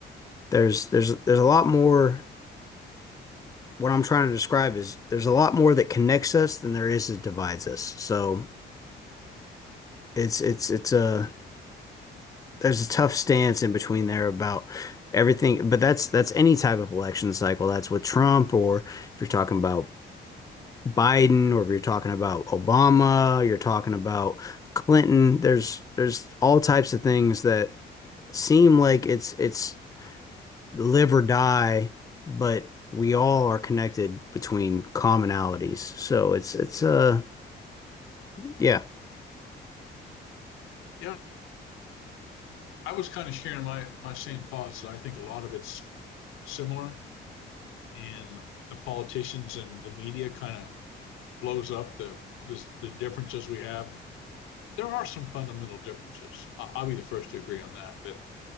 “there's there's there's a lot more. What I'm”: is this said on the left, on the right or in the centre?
Left